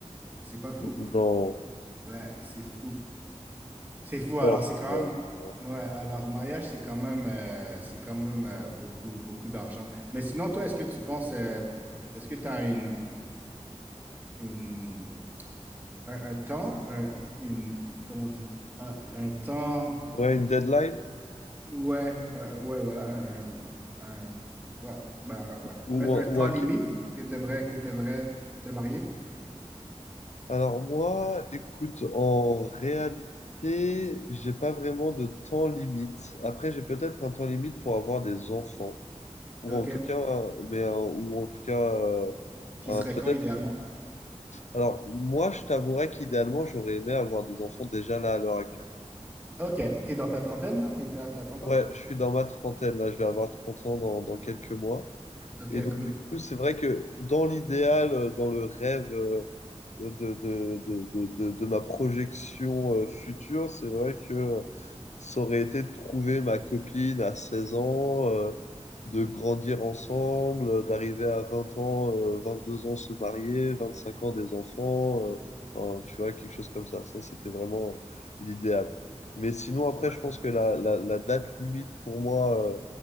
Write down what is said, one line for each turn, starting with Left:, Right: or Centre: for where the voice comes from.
Right: C'est pas fou?
Left: Non.
Right: Ouais, c'est fou. C'est fou. Alors,
Left: Oh,
Right: c'est quand
Left: non,
Right: même.
Left: non.
Right: Ouais, alors, mariage, c'est quand même, euh, c'est quand même euh, beaucoup, beaucoup d'argent. Mais sinon, toi, est-ce que tu penses. euh, est-ce que tu as une, une, un, un temps, un, une. Comment on dit? Un, un temps.
Left: Ouais, une deadline
Right: Ouais, un- ouais, voilà. Un, un- un- voilà. Ben, ouais.
Left: ou,
Right: Un,
Left: un-
Right: un temps
Left: ou un...
Right: limite
Left: ca-
Right: que tu aimerais, que tu te marier?
Left: Alors moi, écoute, en réalité, j'ai pas vraiment de temps limite. Après, j'ai peut-être un temps limite pour avoir des enfants. ou
Right: OK.
Left: en tout cas, mais euh, ou en tout cas, euh,
Right: Qui
Left: euh,
Right: serait
Left: peut-être.
Right: quand, idéalement?
Left: Alors, moi, je t'avouerais qu'idéalement, j'aurais aimé avoir des enfants déjà là à l'heure actuelle.
Right: OK. T'es dans ta trentaine, là? Tu t'as 30
Left: Ouais,
Right: ans?
Left: je suis dans ma trentaine, là, je vais avoir 30 ans dans, dans quelques mois.
Right: OK,
Left: Et donc,
Right: cool.
Left: du coup, c'est vrai que dans l'idéal, euh, dans le rêve euh, de, de, de, de, de- de ma projection euh, future, c'est vrai que euh, ça aurait été de trouver ma copine à 16 ans, euh, de grandir ensemble, euh, d'arriver à 20 ans, euh, deux ans se marier, 25 ans des enfants, euh, enfin, tu vois, quelque chose comme ça. Ça, c'était vraiment euh, l'idéal. Mais sinon, après,
Right: Ouais.
Left: je pense que la, la, la date limite pour moi euh,